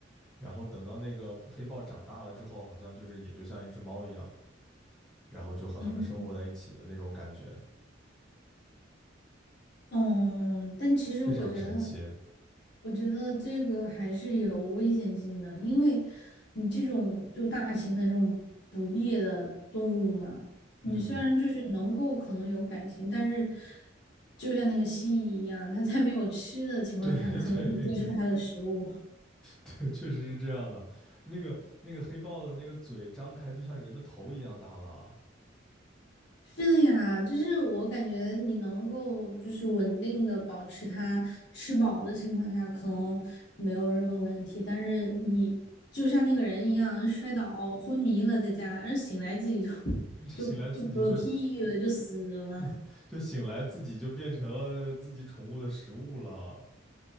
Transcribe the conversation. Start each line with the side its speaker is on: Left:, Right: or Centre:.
Centre: 然后等到那个黑豹长大了之后，好像就是也就像一只猫一样，然后就和他们生活在一起的那种感觉，
Left: 嗯？嗯，但其实我觉得，
Centre: 非常神奇。
Left: 我觉得这个还是有危险性的，因为你这种就大型的这种捕猎的动物嘛，
Centre: 嗯，
Left: 你虽然就是能够可能有感情，但是就像那个蜥蜴一样，它在没有吃的情况下，
Centre: 对
Left: 可能你就是它的食物。
Centre: <laughs> 对。<laughs> 对，确实是这样的。那个那个黑豹的那个嘴张开，就像人的头一样大了啊。
Left: 是的呀，就是我感觉你能够就是稳定的保持它吃饱的情况下，可能没有任何问题。但是你就像那个人一样摔倒昏迷了，在家，然后醒来自己就 <laughs>
Centre: 你这醒来自己就，
Left: 就就嗝屁了，就死了。
Centre: <laughs> 就醒来自己就变成了自己宠物的食物了。